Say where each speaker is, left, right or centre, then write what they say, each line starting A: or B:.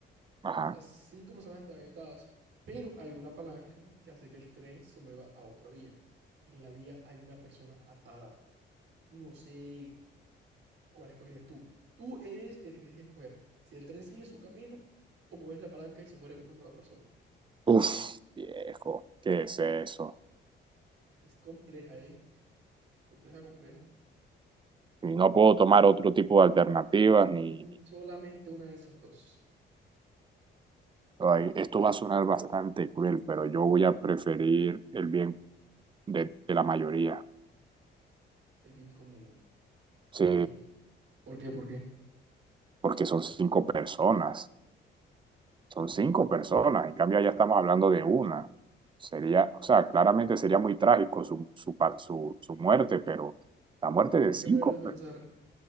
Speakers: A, on the right (about 25°); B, on the right (about 70°).
A: Ajá.
B: Las cinco personas están atadas, pero hay una palanca que hace que el tren se mueva a otra vía. En la vía hay una persona atada. No sé cuál escogerías tú. Tú eres el que tienes que escoger. Si el tren sigue su camino o mueves la palanca y se muere una sola persona.
A: Uf, viejo, ¿qué es eso?
B: Es compleja, ¿eh? Compleja, compleja.
A: Y no puedo tomar otro tipo de alternativas ni...
B: Mm, solamente una de esas dos.
A: Ay, esto va a sonar bastante cruel, pero yo voy a preferir el bien de, de la mayoría.
B: El bien común.
A: Sí,
B: ¿Por qué? ¿Por qué? ¿Por qué?
A: porque son cinco personas. Son cinco personas. En cambio, ya estamos hablando de una. Sería, o sea, claramente sería muy trágico su, su, pa- su, su muerte, pero la muerte
B: Y lo tienes
A: de cinco,
B: que ponerte a pensar.
A: pues,